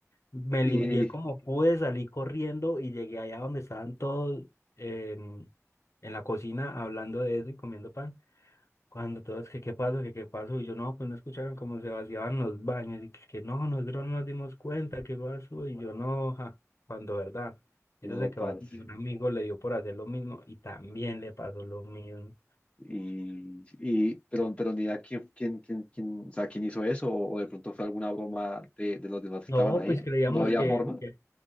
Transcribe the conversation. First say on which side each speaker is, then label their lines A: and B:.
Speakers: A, on the left; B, on the left.
A: Me
B: Y
A: limpié como pude, salí corriendo y llegué allá donde estaban todos en, en la cocina hablando de eso y comiendo pan. Cuando todos, que qué pasó, que qué pasó, y yo no, pues no escucharon cómo se vaciaban los baños y que, que no, nosotros no nos dimos cuenta, qué pasó, y yo no, ja, cuando verdad, eso
B: no,
A: se quedó
B: parce.
A: así y un amigo le dio por hacer lo mismo y también le pasó lo mismo.
B: Y, y pero, pero ni idea quién, quién, quién, quién, o sea, quién hizo eso, o, o de pronto fue alguna broma de, de los demás que
A: No,
B: estaban ahí.
A: pues creíamos
B: No había
A: que,
B: forma.
A: que